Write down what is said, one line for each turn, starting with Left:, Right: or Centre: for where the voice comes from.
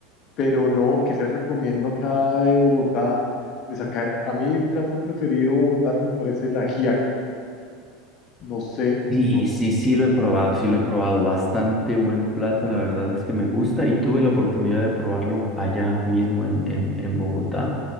Left: Pero no, ¿qué les recomiendo acá de Bogotá? Pues acá a mí el plato preferido bogotano me parece la ajiaco. No sé, nos,
Centre: Sí, sí, sí lo he probado, sí lo he probado. Bastante buen plato, la verdad es que me gusta y tuve la oportunidad de probarlo allá mismo en, en, en Bogotá.